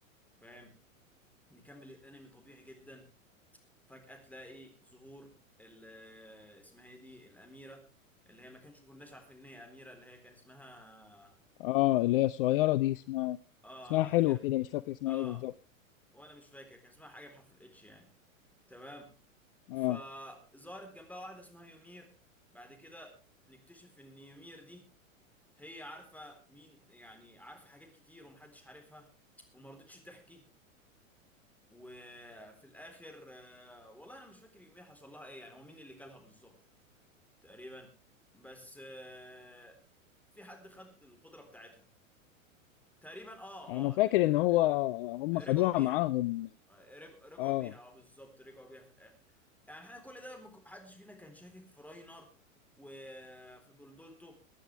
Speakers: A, in the centre; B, on the left.
A: فاهم نكمل الانمي طبيعي جدا فجاه تلاقي ظهور ال- اسمها ايه دي الاميره اللي هي ما كانش كناش عارفين ان هي اميره اللي هي كان اسمها
B: اه اللي هي الصغيرة دي اسمها
A: اه
B: اسمها حلو
A: هير
B: كده مش فاكر اسمها
A: اه
B: ايه بالظبط
A: وانا مش فاكر كان اسمها حاجه بحرف الاتش يعني تمام
B: اه
A: فظهرت جنبها واحده اسمها يومير بعد كده نكتشف ان يومير دي هي عارفه مين يعني عارفه حاجات كتير ومحدش عارفها وما رضتش تحكي وفي الاخر آه، والله انا مش فاكر يومير حصل لها ايه يعني هو مين اللي كلها بالظبط تقريبا بس آه، في حد خد القدره بتاعتها تقريبا اه اه
B: انا فاكر ان هو هم
A: رجعوا
B: خدوها
A: بيها
B: معاهم
A: آه، رج- رجعوا
B: اه
A: بيها اه بالظبط رجعوا بيها في الاخر يعني احنا كل ده المك- محدش فينا كان شاكك في راينر وفي بلدولتو